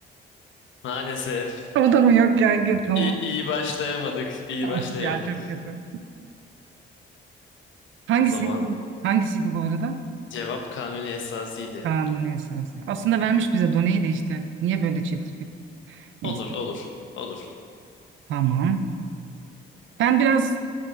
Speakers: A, on the left; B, on the right.
A: Maalesef
B: <laughs> O da mı yok ya? Gül, Tamam.
A: iyi, iyi başlayamadık, iyi
B: Of
A: başlayamadık.
B: ya çok kötü. Hangisiydi?
A: O zaman
B: bu? Hangisiydi bu arada?
A: cevap Kanuni Esasi'ydi.
B: Kanuni esası. Aslında vermiş bize Done'yi de işte. Niye böyle çetrefil? Neyse.
A: Olur, olur, olur.
B: Tamam. Ben biraz e,